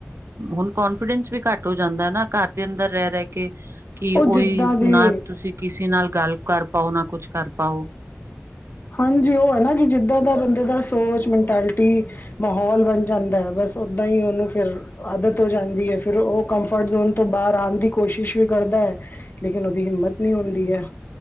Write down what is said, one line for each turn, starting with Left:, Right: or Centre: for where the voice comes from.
Right: ਹੁਣ ਕੋਨਫੀਡੈਂਸ। ਵੀ ਘੱਟ ਹੋ ਜਾਂਦਾ ਨਾ ਘਰ ਦੇ ਅੰਦਰ ਰਹਿ ਰਹਿ ਕੇ ਕਿ
Left: ਉਹ
Right: ਉਹੀ
Left: ਜਿੱਦਾਂ ਦੀ
Right: ਨਾ ਤੁਸੀਂ ਕਿਸੇ ਨਾਲ ਗੱਲ ਕਰ ਪਾਓ ਨਾ ਕੁਛ ਕਰ ਪਾਓ
Left: ਹਾਂਜੀ ਉਹ ਹੈ ਨਾ ਕਿ ਜਿੱਦਾਂ ਦਾ ਬੰਦੇ ਦਾ ਸੋਚ ਮੈਂਟੈਲਿਟੀ ਮਾਹੌਲ ਬਣ ਜਾਂਦਾ ਹੈ ਬਸ ਓਦਾਂ ਹੀ ਉਨੂੰ ਫਿਰ ਆਦਤ ਹੋ ਜਾਂਦੀ ਹੈ ਫਿਰ ਉਹ ਕੰਫਰਟ ਜ਼ੋਨ ਤੋਂ ਬਾਹਰ ਆਣ ਦੀ ਕੋਸ਼ਿਸ਼ ਵੀ ਕਰਦਾ ਹੈ। ਲੇਕਿਨ ਉਹਦੀ ਹਿੰਮਤ ਨਹੀ ਹੁੰਦੀ ਹੈ।